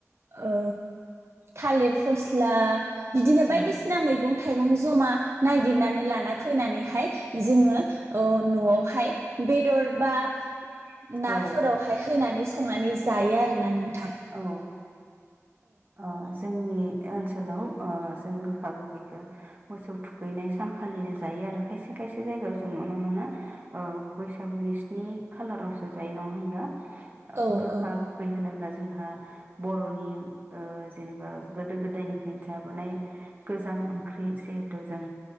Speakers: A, on the right (about 55°); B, on the right (about 40°).
A: ओ थालिर फस्ला बिदिनो बायदिसिना
B: औ
A: मैगं थाय थाइगं जमा नागिरनानै लाना फैनानैहाय जोङो ओ न'आवहाय बेदर बा <inaudible> नाफोरावहाय
B: औ
A: होनानै स संनानै जायो आरोना नों
B: औ अ जोंनि ओनसोलाव ओ जों गोखा गोखैखो मोसौ थुखैनाय सानखालिनो जायो आरो खायसे खायसे जायगायाव जों नुनो मोनो ओ बैसागुनि स्नि खालारावसो जायो नङा होनब्ला।
A: औ
B: गोखा
A: औ
B: गोखै होनोब्ला जोंहा बर'नि ओ जेनेबा गोदो गोदायनिफ्रायनो जाबोनाय गोजाम ओंख्रि जिहेथु जों